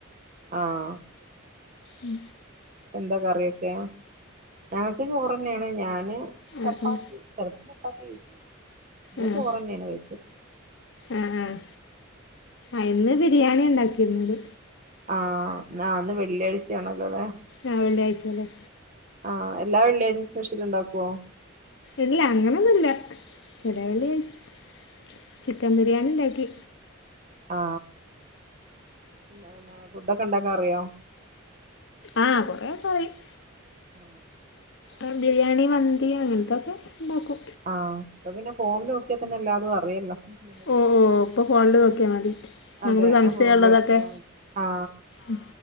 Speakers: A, on the right; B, on the left.
A: ആഹ്
B: മ്
A: എന്താ കറി വെയ്ക്കാ? ഞങ്ങക്ക് ചോറ്ന്നെയാണ്. ഞാന് ചപ്പാത്തി
B: ആഹ് ആഹ്
A: ചെലപ്പോ <unintelligible> ഇന്ന്
B: ആഹ്
A: ചോറ്ന്നെയാണ് കഴിച്ചത്.
B: ആഹ് ആഹ് ആഹ് ഇന്ന് ബിരിയാണിയാ ഉണ്ടാക്കിരുന്നത്.
A: ആഹ് ന്നാ ഇന്ന് വെള്ളിയാഴ്ചയാണലോല്ലേ?
B: ആഹ് വെള്ളിയാഴ്ചല്ലേ?
A: ആഹ് എല്ലാ വെള്ളിയാ ഇത് സ്പെഷ്യൽ ഉണ്ടാക്കുവോ?
B: ഇല്ല അങ്ങനൊന്നുമില്ല <unintelligible> ചിക്കൻ ബിരിയാണി ഇണ്ടാക്കി എ
A: ആ ഇല്ലന്ന ഫുഡൊക്കെ ഉണ്ടാക്കാ അറിയോ
B: ആഹ് കൊറെ പറയും
A: ആ
B: ആ ബിരിയാണി മന്തി അങ്ങനത്തൊക്കെ ഉണ്ടാക്കും
A: ആഹ് അപ്പൊ പിന്നെ ഫോണിൽ നോക്കിയാ തന്നെ എല്ലാതും ല്ലോ
B: ഓ ഓ ഇപ്പോൾ ഫോണിൽ നോക്കിയാൽ മതി നമുക്ക്
A: അതെ
B: സംശയമുള്ളതൊക്കെ
A: ഫോണില് നോക്കിയ മതി ആ
B: ഉം.